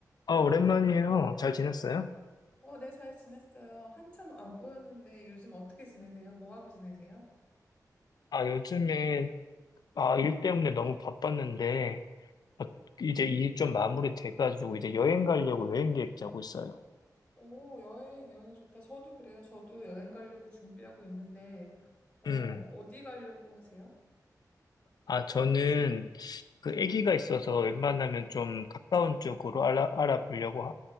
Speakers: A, on the left; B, on the left.
A: 아, 오랜만이에요. 잘 지냈어요?
B: 어, 네, 잘 지냈어요. 한참 안 보였는데 요즘 어떻게 지내세요? 뭐 하고 지내세요?
A: 아, 요즘에, 아, 일 때문에 너무 바빴는데, 아, 이제 일 좀 마무리 돼가지고, 이제 여행 가려고 여행 계획 짜고 있어요.
B: 오, 여행, 여행 좋다. 저도 그래요. 저도 여행 가려고 준비하고 있는데, 어,
A: 음.
B: 어디 가려고 하세요?
A: 아, 저는 그 아기가 있어서 웬만하면 좀 가까운 쪽으로 알아, 알아보려고 하-